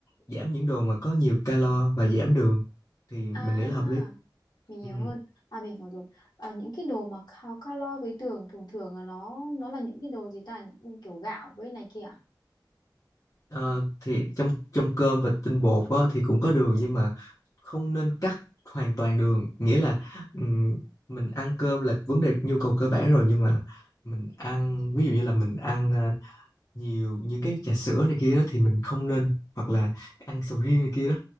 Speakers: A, on the left (about 45°); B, on the left (about 65°).
A: giảm những đồ mà có nhiều calo và giảm đường thì
B: à
A: mình nghĩ là hợp lý
B: mình nhiều
A: Ừ.
B: hơn à mình hiểu rồi à, những cái đồ mà cao calo với đường thường thường là nó nó là những cái đồ gì ta những kiểu gạo với này kia à
A: Ờ, thì trong trong cơm và tinh bột á, thì cũng có đường nhưng mà không nên cắt hoàn toàn đường nghĩa là ừm, mình ăn cơm là vấn đề nhu cầu cơ bản rồi nhưng mà mình ăn ví dụ như là mình ăn à, nhiều những cái trà sữa này kia đó thì mình không nên hoặc là ăn sầu riêng này kia đó